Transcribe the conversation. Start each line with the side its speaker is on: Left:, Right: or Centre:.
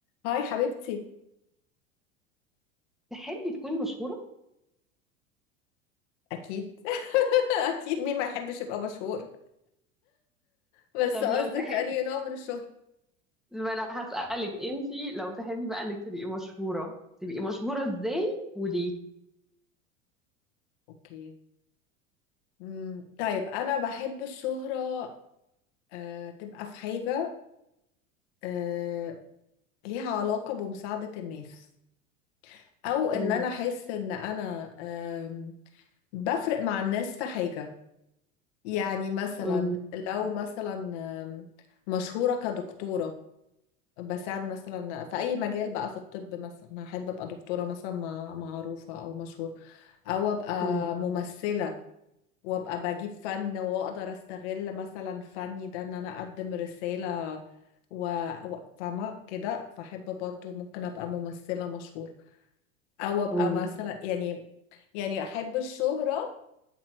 Left: هاي حبيبتي
Centre: تحبي تكوني مشهورة؟
Left: اكيد <laughs> اكيد مين ما يحبش يبقى مشهور بس
Centre: طب
Left: قصدك
Centre: لو تحبي
Left: انهي نوع من الشهرة
Centre: ما انا هسألك انتي لو تحبي بقى انك تبقي مشهورة تبقي مشهورة ازاي وليه؟
Left: اوكي مم، طيب انا بحب الشهرة آه، تبقى في حاجة آه، ليها علاقة بمساعدة الناس او ان
Centre: مم.
Left: انا احس ان انا آم، بفرق مع الناس في حاجة يعني مثلا
Centre: مم.
Left: لو مثلا آم، مشهورة كدكتورة بساعد مثلا في اي مجال بقى في الطب مثلا احب ابقى دكتوره مثلا مع- معروفه او مشهور او ابقى
Centre: مم.
Left: ممثله وابقى بجيب فن واقدر استغل مثلا فني ده ان انا اقدم رساله و... و... فاهمه كده فاحب برضو ممكن ابقى ممثله مشهوره او ابقى
Centre: مم.
Left: مثلا يعني يعني احب الشهره